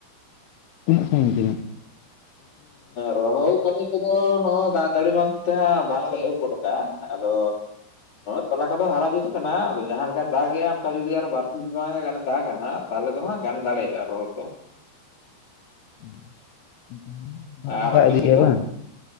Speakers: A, on the left; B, on the left.
A: ᱛᱤᱱᱟᱜ <unintelligible>
B: ᱨᱚᱦᱚᱭ ᱠᱟᱹᱢᱤ ᱠᱚᱫᱚ ᱱᱚᱜᱚᱭ ᱫᱟᱜ ᱡᱟᱹᱲᱤ ᱵᱟᱝ ᱛᱮ ᱦᱟᱜ ᱵᱟᱝᱞᱮ ᱮᱦᱚᱵ ᱜᱚᱫ ᱠᱟᱜᱼᱟ ᱟᱫᱚ ᱛᱚᱞᱟ ᱠᱚᱫᱚ ᱦᱟᱨᱟ ᱡᱩᱛ ᱠᱟᱱᱟ ᱟᱫᱚ ᱡᱟᱦᱟᱸ ᱞᱮᱠᱟ ᱫᱟᱜᱮᱼᱟ ᱚᱱᱠᱟ ᱡᱩᱫᱤ ᱟᱨ ᱵᱟᱨᱥᱤᱧ <unintelligible> ᱵᱟᱝ ᱫᱟᱜᱟ ᱦᱟᱸᱜ ᱛᱟᱦᱚᱞᱮ ᱫᱚ ᱦᱟᱸᱜ ᱜᱟᱱ ᱫᱟᱲᱮᱭᱟᱜᱼᱟ ᱨᱚᱦᱚᱭ ᱛᱚ
A: <inaudible> ᱟᱜᱚᱸ
B: ᱟᱨ
A: ᱫᱟᱜ
B: ᱟᱯᱮ
A: ᱤᱫᱤᱭ
B: ᱥᱮᱫ
A: ᱜᱮᱭᱟ
B: ᱫᱚ
A: ᱵᱟᱝ